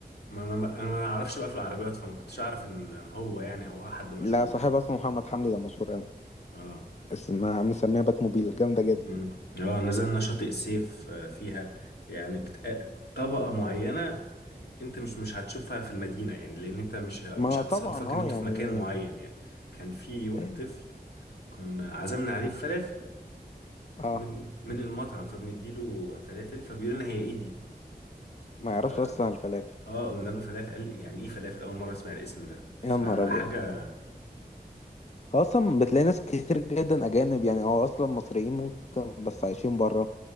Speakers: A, on the left (about 85°); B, on the left (about 45°).
A: ما انا ما انا ما اعرفش بقى في العربيات فما كنتش اعرف ان هو يعني او هو حد مشهور
B: لا صاحبها
A: يعني
B: اسمه محمد حمدي ده مشهور قوي
A: اه
B: اسمها مسميها بات موبيل جامدة جدا
A: مم. اه نزلنا شاطئ السيف آه فيها يعني بت... آه، طبقه معينه انت مش مش هتشوفها في المدينه يعني لان انت مش ه-
B: ما
A: مش هتصادفك
B: طبعا اه
A: ان انتوا
B: يعني
A: في مكان معين يعني كان في وقت
B: أيوة.
A: طفل كنا عزمنا عليه فلافل
B: اه
A: من من المطعم فبنديله فلافل فبيقول لنا هي ايه دي
B: ما
A: ف
B: يعرفش اصلا الفلافل
A: اه قلنا له فلافل قال يعني ايه فلافل اول مره اسمع الاسم ده فحاجه
B: يا نهار ابيض هو اصلا بتلاقي ناس كتير جدا اجانب يعني اه اصلا مصريين ممكن بس عايشين بره